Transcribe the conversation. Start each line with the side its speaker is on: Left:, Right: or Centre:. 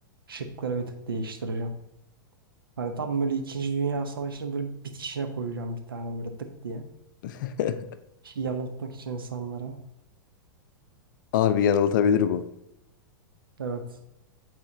Right: şıkları bir tık değiştireceğim. Hani tam böyle İkinci Dünya Savaşı'nı böyle bitişine koyacağım bir tane böyle tık diye.
Left: <laughs>
Right: Şey Yanıltmak için insanlara.
Left: Harbi yanıltabilir bu.
Right: Evet.